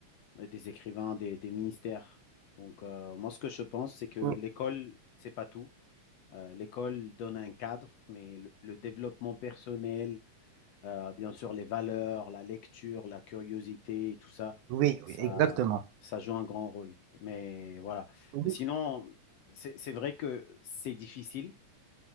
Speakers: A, on the left (about 70°); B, on the right (about 75°).
A: des écrivains, des, des ministères. Donc, euh, moi, ce que je pense, c'est que
B: Oui,
A: l'école, c'est pas tout. Euh, l'école donne un cadre, mais le, le développement personnel, euh, bien sûr, les valeurs, la lecture, la curiosité et tout ça,
B: oui,
A: ça,
B: oui, exactement.
A: ça joue un grand rôle. Mais voilà.
B: Oui,
A: Mais sinon, c'est c'est vrai que c'est difficile